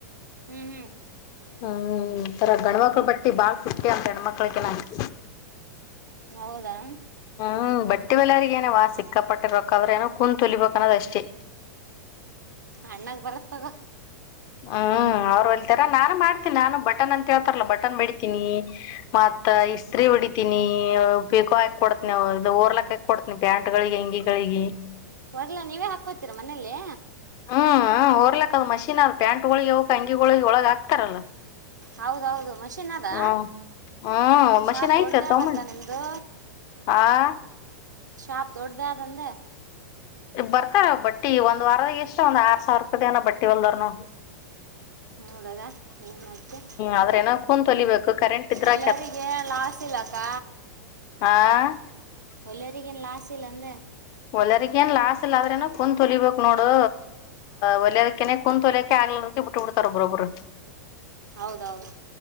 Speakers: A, on the right; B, on the left.
A: ಹ್ಮ್ ಹ್ಮ್
B: ಹ್ಮ್ ತರ ಗಂಡ್ಮಕ್ಳ ಬಟ್ಟಿ ಬಾಳ್ ಸುಟ್ಟಿ ಅವ ಹೇಣಮಕ್ಕಳುಕಿನ್
A: ಹೌದಾ
B: ಹ್ಮ್ ಬಟ್ಟೆಲ್ಲರಿಗೆಗ ಏನ ವಾ ಸಿಕ್ಕಪಟ್ಟಿರಕಕ್್ರ ಏನೋ ಕುೂ ತುಲಿಬೇಕಕ್ ಹನದಷ್ಟೇ
A: ಅಣ್ಣಾಗ ಬರತ್ ತಗೋ
B: ಹ್ಮ್ ಅವರು ಹೊಳ್ತರ ನಾ ನ ಮಾಡ್ತೀನಿ ನಾನು ಬಟನ್ ಅಂತ ಹೇತಾರಲ್ಲ ಬಟನ್ ಬಿಡಿತೀನಿ ಮ ಇಸ್ತ್ ಹೊಡಿತನಿ ಪಿಕೋ ಹಾಕ್ ಕೊಡ್ತಿವು ಇದು ಓರ್ಲಕ್ ಹಾಕ್ ಕೊಡ್ತನಿ ಪ್ಯಾಂಟ್ಗಳಿಗೆ ಹೆ ಅಂಗಿಗಳಿಗೆ
A: ಹೊರ್ಲಾ ನೀವೇ ಹಾಕೋತೀರಾ ಮನೇಲ್ಲೇ
B: ಹ್ಮ್ ಹೊರ್ಲಕ್ ಅ್ ಮೀನ್ ಅದ್ ಪ್ಯಾಂಟ್ ಒಳಗಿ ಅವಕ್ ಅಂಗಿಗಳಳಗೆ ಒಳಗ ಆಾಕ್ತಾರಲ್ಲ
A: ಹೌದೌದು ಮಷೀನ್ ಅದ
B: ಹ್ಮ್ ಹ್ಮ್ ಮಷೆ
A: ಶಾಪ್
B: ಆತ
A: ದೊಡ್ಡದೇ
B: ತಮ್ಮ
A: ಅದಕ್ಕ ನಿಮ್ದು
B: ಆಾ
A: ಶಾಪ್ ದೊಡ್ಡ್ದ ಆದಂದೆ
B: ಬರ್ತಾರ ಬಟ್ಟಿ ಒಂದ್ ವಾರದಾಗ ಎಷ್ಟ ಒಂದ್ ಆರ್ ಸಾವಿರಪದನ ಬಟ್ಟಿ ಹೊಲ್ದರ್ನು
A: ಮೂಡಗ ಏನ್ ಮಾಡೆ
B: ಆದ್ರ ಏನೋ ಕುಂತ್ ಹೊಲಿಬೇಕು ಕರೆಂಟ್ ಇದ್ರ
A: ಒಲೆಯವರಿಗೆ ಲಾಸ್ ಇಲ್ಲಕ್ಕ
B: ಆಾ
A: ಒಳ್ಳ ಅರಿಗನ್ ಲಾಾಸ ಇಲ್ಲ ಅಂದ
B: ಒಲ್ಯರ್ಗ ಏನ್ ಲಾಸ್ ಇಲ್ಲ ಆದ್ರೇನ ಕುೂ್ ತೊಲಿಬೇಕು ನೋಡು ಹೊಲಯದಕನೆ ಕುೂ್ ತೊಲಿಯಕೆ ಆಗ್ಲ ಬಿಟ್ಟು ಬಿಡ್ತಾರ ಬರಬರು
A: ಹೌದೌದು